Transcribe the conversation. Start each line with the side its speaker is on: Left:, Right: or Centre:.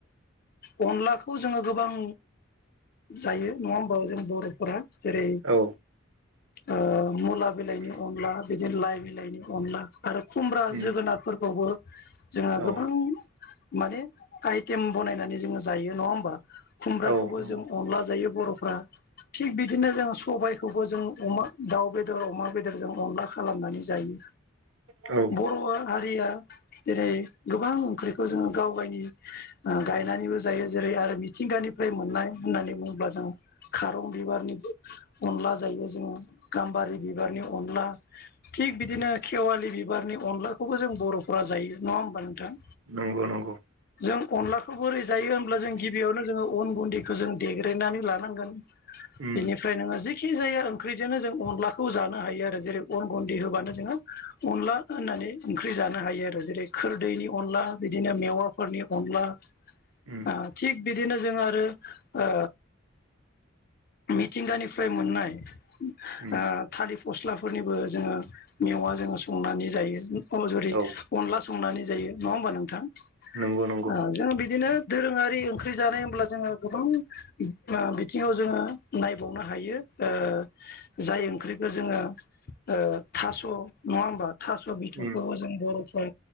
Left: ओ अनलाखौ जोङो गोबां जायो नङा होमबा जों बर'फोरा जेरै
Right: औ
Left: ओ मुला बिलाइनि अनला बिदिनो लाइ बिलाइनि अनला आरो खुमब्रा
Right: उम
Left: जोगोनारफोरखौबो जोङो
Right: औ
Left: गोबां माने आइटेम बनायनानै जोङो जायो नङा होमबा? खुमब्राखौबो
Right: औ नंगौ
Left: जों अनला जायो बर'फ्रा। थिग बिदिनो जों सबायखौबो जों अमा दाउ बेदर अमा बेदर जों अनला खालामनानै जायो।
Right: औ
Left: बर' हारिया दिनै गोबां ओंख्रिखौ जोङो गाव गायनि ओ गायनानैबो जायो जेरै आरो मिथिंगानिफ्राय मोननाय होननानै बुङोब्ला जों खारं बिबारनि अनला जायो जोङो गाम्बारि बिबारनि अनला। थिग बिदिनो
Right: उम
Left: खेवालि बिबारनि अनलाखौबो जों बर'फोरा जायो नङा होमबा नोंथां?
Right: नंगौ नंगौ।
Left: जों अनलाखौ बोरै जायो होनब्ला जों गिबियावनो जोङो अन गुन्दै खो जों देग्रायनानै लानांगोन
Right: उम
Left: बेनिफ फ्राय नोङो जिखिनि जाया ओंख्रिजोंनो जों अनलाखौ जानो हायो आरो जेरै अन गुन्दै होबानो जोङो अनला होननानै ओंख्रि जानो हायो आरो जेरै खोरदैनि अनला बिदिनो मेवाफोरनि अनला।
Right: उम
Left: ओ थिग बिदिनो जोङो आरो ओ मिथिंगानिफ्राय मोननाय
Right: उम
Left: ओ थालि गस्लाफोरनिबो जोङो मेवा जोङो संनानै जायो अ जरि
Right: औ
Left: अनला संनानै जायो नङा होमबा नोंथां ओ
Right: नंगौ नंगौ
Left: जों बिदिनो दोरोङारि ओंख्रि जानाय होमब्ला जोङो गोबां ओ बिथिङाव जोङो नायबावनो हायो ओ जाय ओंख्रिखो जोङो ओ थास' नङा होमबा थास' बिथ'खौबो
Right: उम
Left: जों बर'फ्रा